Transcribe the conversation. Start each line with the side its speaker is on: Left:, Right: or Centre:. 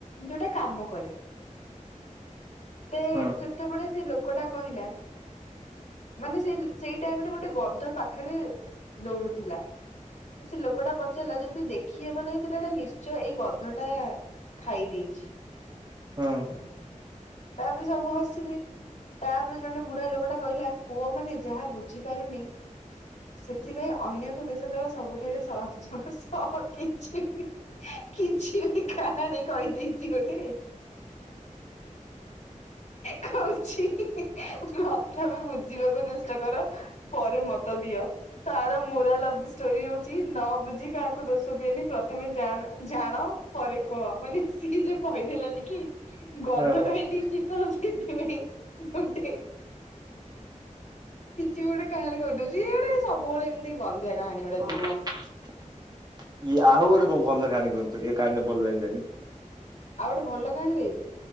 Left: ଯୋଉଟା କାମ କରେ ତେ
Right: ହଁ
Left: ସେତେବେଳେ ସେ ଲୋକ। କ‌ ଟା କହିଲା। ମାନେ ସେ ସେଇ ଟାଇମ ରେ ଗୋଟେ ଗଧ ପାଖରେ ଦୌଡୁଥିଲା। ସେ ଲୋକଟା ପଚାରିଲା ଯଦି ଦେଖିହବ ନାହିଁ ତାହଲେ ଏଇଟା ନିଶ୍ଚୟ ଏଇ ଗଧ ଟା। ଖାଇ ଦେଇଛି।
Right: ହଁ।
Left: ତାପରେ ସବୁ ହସିଲେ ତାପରେ ଜଣେ ବୁଢା ଲୋକ ଟା କହିଲା। ପୁଅ ମାନେ ଯାହା ବୁଝି ପାରୁନି ସେଥିପାଇଁ ଅନ୍ୟକୁ ଦୋଶ ଦବା। ସବୁଠାରେ ସହଜ ସହ କିଛି ବି କିଛି ବି କାହାଣୀ କହି। ଦେଇଛି ଗୋଟେ କଉଛି। ପ୍ରଥମେ ବୁଝିବାକୁ ଚେ ଷ୍ଟା କର ପରେ ମତ ଦିଅ ତାର ମୁରାଲ ଅଫ ଦ ଷ୍ଟୋରି ହଉଛି ନ ବୁଝି କାହାକୁ ଦୋଷ ଦିଏନି ପ୍ରଥମେ ଜାଣ୍ ଜାଣ ପରେ କୁହ ମାନେ। ସିଏ ଯୋଉ କହି ଦେଲେନି କି। ଗଧ
Right: ହଁ।
Left: ଖାଇ ଦେଇଛି ତ ସେଥିପାଇଁ ଗୋଟେ। କିଛି ବି ଗୋଟେ କାହାଣୀ କହି ଦଉଛି ଇଏ ଗୋଟେ ସବୁବେଳେ ଏମିତି ଗନ୍ଧିଆ। କାହାଣୀ ଗୁଡା
Right: ଇଏ
Left: ଦିଏ।
Right: ଆଉ ଗୋଟେ କଁ ଭଲ କାହାଣୀ। କୁହନ୍ତୁ ଏ କାହାଣୀ ରେ ଭଲ ଲାଗିଲାନି।
Left: ଆଉ ଗୋଟେ ଭଲ କାହାଣୀ କହିବି।